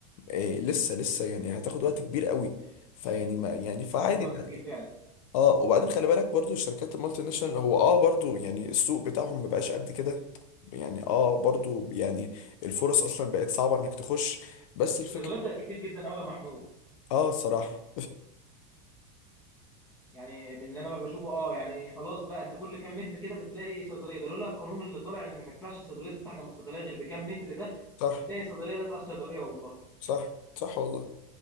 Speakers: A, on the left; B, in the centre.
A: آه، لسه لسه يعني هتاخد وقت كبير قوي فيعني ما يعني فعادي
B: تاخد وقت
A: إن-
B: كبير فعلا
A: اه وبعدين خلي بالك برضو الشركات المالتي ناشونال هو اه برضو يعني السوق بتاعهم ما بقاش قد كده يعني اه برضو يعني الفرص اصلا بقت صعبة انك تخش بس الفكرة
B: الصيدليات بقت كتير جدا قوي يا محمود
A: اه صراحة
B: يعني من اللي انا بشوفه اه يعني خلاص بقى انت كل كام متر كده بتلاقي صيدليه ده لولا القانون اللي طالع ان ما ينفعش الصيدليه تفتح جنب الصيدليه غير بكام متر ده
A: <laughs> صح
B: كنت تلاقي صيدليه لازقه في صيدليه والله
A: صح صح والله